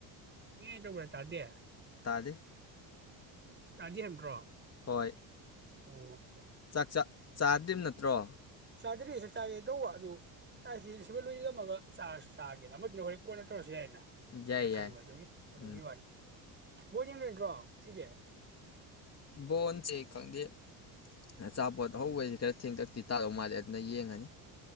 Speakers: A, on the right; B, on the left.
A: ꯅꯣꯏꯅ ꯇꯧꯕꯗꯨ ꯇꯥꯗꯦ
B: ꯇꯥꯗꯦ
A: ꯎ ꯇꯥꯗꯦ ꯍꯥꯏꯕ ꯅꯠꯇꯔꯣ
B: ꯍꯣꯏ
A: ꯑꯣ
B: ꯆꯥꯛ ꯆꯥ ꯆꯥꯗ꯭ꯔꯤ ꯅꯠꯇ꯭ꯔꯣ
A: ꯆꯥꯗꯔꯤ ꯆꯥꯛ ꯆꯥꯒꯦ ꯇꯧꯕ ꯑꯗꯨ ꯍꯦꯟꯁꯤꯃ ꯂꯣꯏꯁꯤꯜꯂꯝꯃꯒ ꯆꯥꯔꯖꯨ ꯆꯥꯒꯦꯅ ꯑꯃꯗꯨꯅ ꯍꯣꯔꯦꯟ ꯀꯣꯟꯅ ꯇꯧꯔꯁꯨ ꯌꯥꯏꯅ
B: ꯌꯥꯏ
A: ꯈꯟꯕ
B: ꯌꯥꯏ
A: ꯑꯗꯨꯒꯤ ꯑꯗꯨꯒꯤ
B: ꯎꯝ
A: ꯋꯥꯅꯤ ꯕꯣꯜ ꯌꯦꯡꯗꯣꯏ ꯅꯠꯇ꯭ꯔꯣ ꯉꯁꯤꯗꯤ
B: ꯕꯣꯟꯁꯦ ꯈꯪꯗꯦ ꯑꯆꯥꯄꯣꯠ ꯍꯧꯕꯩꯁꯤ ꯈꯔ ꯊꯦꯡꯇꯛꯇꯤ ꯇꯥꯗꯧ ꯃꯥꯜꯂꯦ ꯑꯗꯨꯗ ꯌꯦꯡꯉꯅꯤ